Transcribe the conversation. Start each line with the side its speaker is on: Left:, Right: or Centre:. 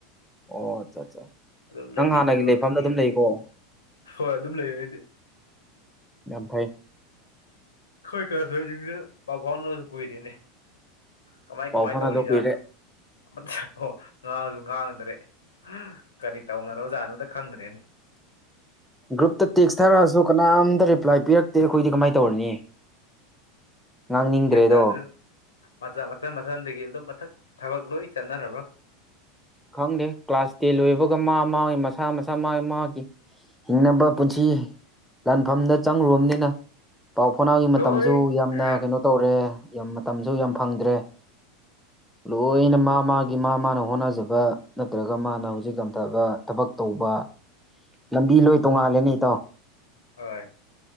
Centre: ꯑꯣ ꯑꯆꯥ ꯑꯆꯥ
Left: ꯑꯗꯨꯝ
Centre: ꯅꯪ
Left: ꯂꯩꯃꯤꯟꯅꯔꯒ
Centre: ꯍꯥꯟꯅꯒꯤ ꯂꯩꯐꯝꯗ
Left: ꯀꯩꯀꯩ
Centre: ꯑꯗꯨꯝ ꯂꯩꯀꯣ
Left: ꯍꯣꯏ ꯑꯗꯨꯝ ꯂꯩ ꯑꯩꯗꯤ
Centre: ꯝꯐꯥꯏ
Left: ꯑꯩꯈꯣꯏ ꯀꯔꯁꯨ ꯑꯩꯁꯤꯡꯁꯦ ꯄꯥꯎ ꯐꯥꯎꯅꯕꯁꯨ ꯀꯨꯏꯔꯤꯅꯦ ꯀꯃꯥꯏ
Centre: ꯄꯥꯎ
Left: ꯀꯃꯥꯏ
Centre: ꯐꯥꯎꯅꯗ
Left: ꯇꯧꯔꯤꯖꯥꯠꯅꯣ
Centre: ꯀꯨꯏꯔꯦ
Left: ꯑꯃ ꯉꯥꯡꯁꯨ ꯉꯥꯡꯗ꯭ꯔꯦ ꯀꯔꯤ ꯇꯧꯅꯔꯣ ꯑꯣꯖꯥꯅꯣꯝꯇ ꯈꯪꯗ꯭ꯔꯦꯅꯤ
Centre: ꯒ꯭ꯔꯨꯞꯇ ꯇꯦꯛꯁ ꯊꯥꯔꯛꯑꯁꯨ ꯀꯅꯥꯝꯇ ꯔꯤꯄ꯭ꯂꯥꯏ ꯄꯤꯔꯛꯇꯦ ꯑꯩꯈꯣꯏꯗꯤ ꯀꯃꯥꯏꯅ ꯇꯧꯔꯅꯤ ꯉꯥꯡꯅꯤꯡꯗ꯭ꯔꯦꯗꯣ
Left: ꯈꯈꯤꯗ ꯃ ꯃ ꯃꯁꯒꯜ ꯃ ꯊꯕꯛ ꯆ ꯍꯕꯛ
Centre: ꯈꯪꯗꯦ ꯀ꯭ꯂꯥꯁ ꯇꯦꯟ ꯂꯣꯏꯕꯒ ꯃꯥ ꯃꯥꯒꯤ ꯃꯁꯥ ꯃꯁꯥ ꯏꯁ ꯃꯥ ꯃꯥꯒꯤ ꯍꯤꯡꯅꯕ ꯄꯨꯟꯁꯤ ꯂꯥꯟꯐꯝꯗ ꯆꯪꯂꯨꯕꯅꯤꯅ ꯄꯥꯎ ꯐꯥꯎꯅꯥꯒꯤ ꯃꯇꯝꯁꯨ
Left: ꯂꯣꯏ
Centre: ꯌꯥꯝꯅ
Left: ꯑ
Centre: ꯀꯩꯅꯣ ꯇꯧꯔꯦ ꯌꯥꯝ ꯃꯇꯝꯁꯨ ꯌꯥꯝ ꯐꯪꯗ꯭ꯔꯦ ꯂꯣꯏꯅ ꯃꯥ ꯃꯥꯒꯤ ꯃꯥ ꯃꯥꯅ ꯍꯣꯠꯅꯖꯕ ꯅꯠꯇ꯭ꯔꯒ ꯃꯥꯅ ꯍꯧꯖꯤꯛ ꯂꯊꯕ ꯊꯕꯛ ꯇꯧꯕ ꯂꯝꯕꯤ ꯂꯣꯏ ꯇꯣꯡꯉꯥꯜꯂꯦꯅꯦ ꯏꯇꯣ
Left: ꯍꯣꯏ